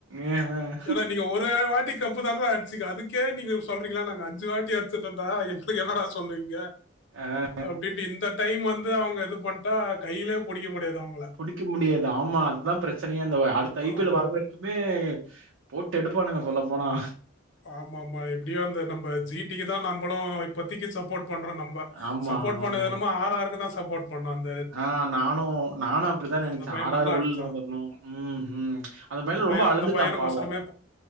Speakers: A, on the right (about 70°); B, on the left (about 65°).
A: ஆஹ், ஆஹ்,
B: ஏன்னா நீங்க ஒரே வாட்டி கப்பு தான்றா அடிச்சீங்க அதுக்கே நீங்க சொல்றீங்களா நாங்க அஞ்சு வாட்டி அடிச்சுட்டோன்டா எங்களுக்கு என்னடா சொல்றீங்க
A: அ
B: அப்டின்ட்டு இந்த டைம் வந்து அவுங்க இது பண்ட்டா கையிலே புடிக்க முடியாது அவுங்கள
A: புடிக்க முடியாது ஆமா அதுதா பிரச்சனையே அந்த அடுத்த ஐ பி
B: ஆமாம்
A: எல் வர க்குமே போட்டு எடுப்பானுங்க சொல்ல போனா
B: ஆமா ஆமா எப்படியோ அந்த நம்ப ஜி டிக்கு தா நம்பளு இப்பத்திக்கு சப்போர்ட் பண்றோ நம் ப
A: ஆமா
B: சப்போர்ட் பண்ணது
A: ஆமா
B: என்னமோ ஆர் ஆர்க்கு தா சப்போர்ட் பண்ணோ அந்
A: ஆ நானு நானு அப்படித்தா நெனைச்ச
B: அந்த பையன்
A: ஆர்
B: நல்லா
A: ஆர் உள்ள
B: அடிச்சான்
A: வந்துடணு ம் ம் அந்த பயலும்
B: பையன்
A: ரொம்ப அழுந்துட்டான்
B: அந்த பையனுக்கோசரமே
A: பாவு